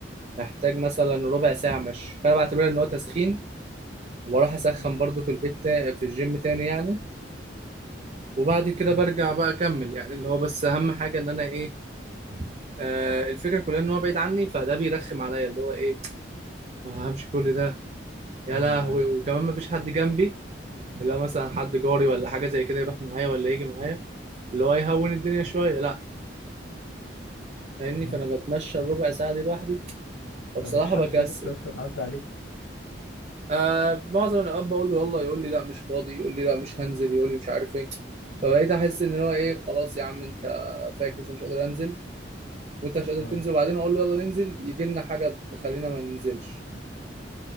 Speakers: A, on the right; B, on the left.
A: محتاج مثلا ربع ساعه مشي فانا بعتبرها ان هو تسخين واروح اسخن
B: امم
A: برضو في البيت تا- في الجيم تاني يعني وبعد كده
B: أيوه
A: برجع بقى اكمل يعني اللي هو بس اهم حاجه ان انا ايه آه الفكره كلها ان هو بعيد عني فده بيرخم عليا اللي هو ايه آه، همشي كل ده يا
B: أيوه
A: لهوي
B: أيوه
A: وكمان ما فيش حد جنبي اللي هو مثلا حد جاري ولا حاجه زي كده يروح معايا ولا يجي معايا اللي هو يهون الدنيا شويه لا فاهمني
B: امم
A: فانا بتمشى الربع ساعه دي لوحدي فبصراحه
B: طب مفيش حد
A: بكسل
B: في النص أصلا عدى عليه
A: آه معظم الاوقات بقول له يلا يقول لي لا مش فاضي يقول لي لا مش هنزل يقول لي مش عارف ايه فبقيت احس ان هو ايه خلاص يا عم انت فاكس أنا مش قادر انزل وانت مش قادر
B: اه
A: تنزل وبعدين اقول له يلا ننزل يجي لنا حاجه تخلينا ما ننزلش